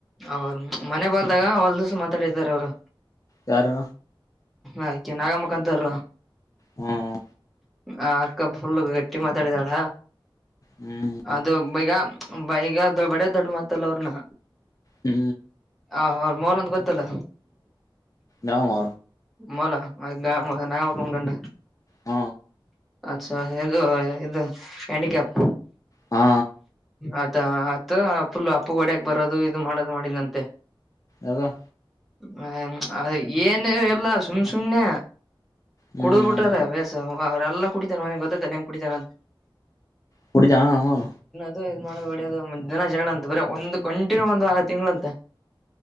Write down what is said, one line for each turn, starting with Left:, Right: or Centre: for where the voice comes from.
Centre: ಅವ್ರ ಮನೆ ಬಲ್ದಾಗ ಹೊಲ್ ದಸ ಮಾತಾಡಿದಾರ ಅವರು
Left: ಯಾರು
Centre: ಆಯ್ತ ನಾಗಮ್ಮಕ್ಕಾಂತಾರ
Left: ಹ್ಮ್
Centre: ಆ ಅಕ್ಕ ಫುಲ್ ಗಟ್ಟಿ ಮಾತಾಡಿದಾಳ
Left: ಹ್ಮ್
Centre: ಅದು ಮಿಗ ಬ ಈಗ ದೊಡ್ ಬಡ ದೊಡ್ಡ ಮಾತಲ್ಲ ಅವ್ರನ
Left: ಹ್ಮ್
Centre: ಹ ಅವ್ರ ಮೌನೊಂದ ಗೊತ್ತಲ್ಲ
Left: ನಾವ
Centre: ಮಲ ಗಾ ನಕ ಮು ಗಂಡ
Left: ಹ
Centre: ಅಾ ಇದು ಇದು ಹ್ಯಾಂಡಿಕ್ಯಾಪ್
Left: ಹಾ
Centre: ಅದಾ ಅತ್ ಫುಲ್ ಅಪ್ಪು ಗಡ್ಯಾಕ್ ಬರೋದು ಇದು ಮಾಡೋದು ಮಾಡಿಲ್ಲಂತೆ
Left: ಅದ
Centre: ಹ ಅದ ಏನು ಇಲ್ಲ ಸುಮ್ ಸುಮ್ನೆ
Left: ಹ್ಮ್
Centre: ಕುಡುದ್ ಬಿಟ್ರಾರ ಬ್ಯಸ್ ಅವ್ರೆಲ್ಲಾ ಕುಡಿತಾರ ಮನೆಗೆ ಗೊತ್ತತ್ತಲ್ಲ ಹೆಂಗ್ ಕುಡಿತಾರಂತ <unintelligible>
Left: ಕುಡ ಜ ಅವ
Centre: ಇ ಇ್ ಮಾಡ ಬಿಡೋದು ದಿನ ಜಗಳ ಅಂತ ಬರ ಒಂದು ಕಂಟಿನ್ಯೂ ಒಂದ ವಾರ ತಿಂಗಳು ಅಂತ